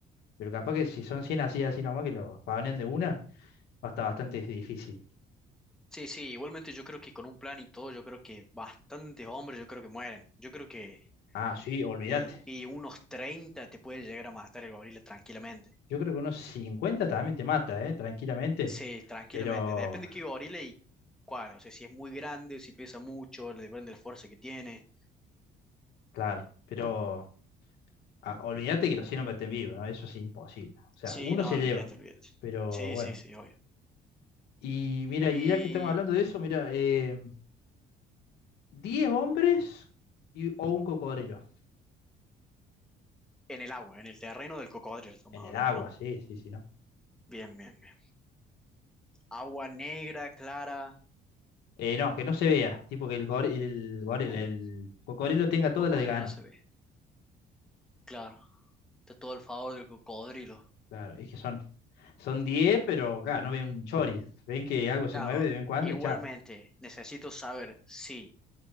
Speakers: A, on the left; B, in the centre.
A: Pero capaz que si son 100 así, así nomás, que los pavnen de una, va a estar bastante difícil.
B: Sí, sí, igualmente yo creo que con un plan y todo, yo creo que bastantes hombres, yo creo que mueren. Yo creo que
A: Ah, sí, olvídate.
B: l- y unos 30 te puede llegar a matar el gorila tranquilamente.
A: Yo creo que unos 50 también te mata, ¿eh? Tranquilamente.
B: Sí, tranquilamente.
A: Pero,
B: Depende de qué gorila y cuál. O sea, si es muy grande, si pesa mucho, le depende de la fuerza que tiene.
A: claro, pero ah, olvídate que los 100 hombres estén vivos, ¿no? Eso es imposible. O sea,
B: Sí,
A: uno
B: no,
A: se
B: olvídate,
A: lleva,
B: olvídate.
A: pero
B: Sí,
A: bueno.
B: sí, sí, obvio.
A: Y mira,
B: Y
A: y ya que estamos hablando de eso, mira, eh, 10 hombres y, o un cocodrilo.
B: en el agua, en el terreno del cocodrilo estamos
A: En el
B: hablando,
A: agua,
B: ¿no?
A: sí, sí, sí, ¿no?
B: Bien, bien, bien. Agua negra, clara.
A: Eh, no, que no se vea. Tipo que el goril, el, goril,
B: Uh,
A: el cocodrilo tenga toda
B: cocodrilo
A: la de ganar.
B: no se ve. Claro, está todo el favor del cocodrilo.
A: Claro, es que son, son 10 pero claro, no ven un chori. Ven que algo
B: Claro,
A: se mueve de vez en cuando
B: igualmente
A: y chao.
B: necesito saber si